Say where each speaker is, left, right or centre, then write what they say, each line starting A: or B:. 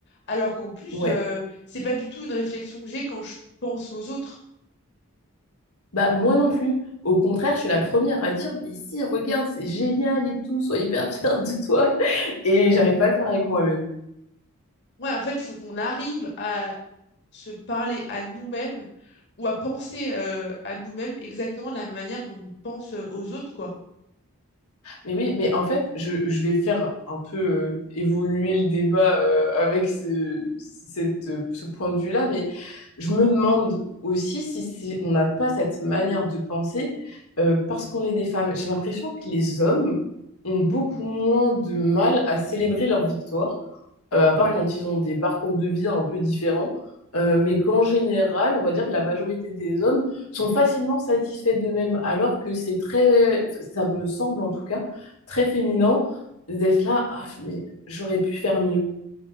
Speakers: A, on the left; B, on the left.
A: alors qu'en plus,
B: Ouais.
A: euh, c'est pas du tout une réflexion que j'ai quand je pense aux autres.
B: Bah, moi non plus. Au contraire, je suis la première à dire, mais si, regarde, c'est génial et tout, sois hyper fière de toi. Et j'arrive pas à le faire avec moi-même.
A: Ouais, en fait, faut qu'on arrive à se parler à nous-mêmes ou à penser euh, à nous-mêmes exactement de la même manière dont on pense euh, aux autres, quoi.
B: Mais oui, mais en fait, je, je vais faire un peu euh, évoluer le débat euh, avec ce, cette, euh, ce point de vue-là, mais je me demande aussi si, si on n'a pas cette manière de penser euh, parce qu'on est des femmes. J'ai l'impression que les hommes ont beaucoup moins de mal à célébrer leur victoire, euh, à
A: Ouais.
B: part quand ils ont des parcours de vie un peu différents, euh, mais qu'en général, on va dire que la majorité des hommes sont facilement satisfaits d'eux-mêmes, alors que c'est très, enfin, ça me semble en tout cas, très féminin d'être là, ah, mais j'aurais pu faire mieux.